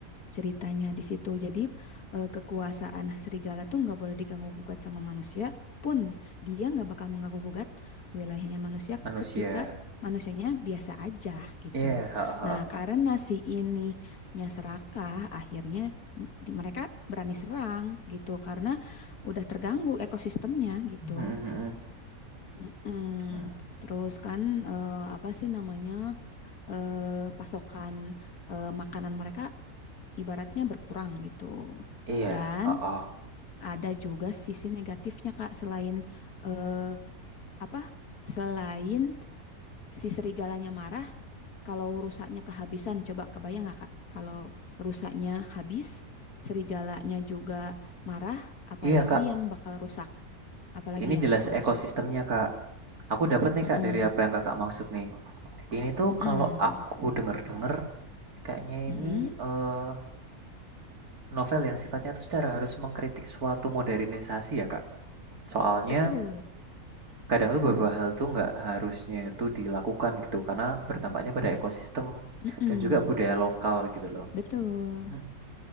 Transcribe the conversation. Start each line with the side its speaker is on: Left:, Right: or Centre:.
Left: ceritanya di situ. Jadi, eh, kekuasaan serigala tuh nggak boleh diganggu-gugat sama manusia pun. Dia nggak bakal mengganggu-gugat wilayahnya manusia
Right: Manusia.
Left: ketika manusianya biasa aja gitu.
Right: Iya, heeh heeh.
Left: Nah, karena si ininya serakah, akhirnya m- di- mereka berani serang gitu karena udah terganggu ekosistemnya gitu.
Right: Mhm mhm.
Left: Mm-mm.
Right: Mmm,
Left: Terus kan eh, apa sih namanya? eh, pasokan eh, makanan mereka ibaratnya berkurang gitu.
Right: iya,
Left: Dan
Right: heeh.
Left: ada juga sisi negatifnya Kak selain eh, apa? Selain si serigalanya marah, kalau rusaknya kehabisan, coba kebayang nggak Kak? Kalau rusaknya habis, serigalanya juga marah, apalagi
Right: Iya, Kak.
Left: yang bakal rusak, apalagi
Right: Ini
Left: yang
Right: jelas
Left: bakal
Right: ekosistemnya,
Left: rusak.
Right: Kak. Aku dapat nih,
Left: Mm-mm.
Right: Kak, dari apa yang Kakak maksud nih. Ini tuh
Left: Mm-mm.
Right: kalau aku denger-denger kayaknya
Left: Mm-mm.
Right: ini eh, novel yang sifatnya tuh secara harus mengkritik suatu modernisasi ya Kak. Soalnya
Left: Betul.
Right: kadang tuh beberapa hal tuh nggak harusnya itu dilakukan gitu karena bertampaknya pada ekosistem
Left: Mm-mm.
Right: dan juga budaya lokal gitu loh.
Left: Betul.
Right: Mm,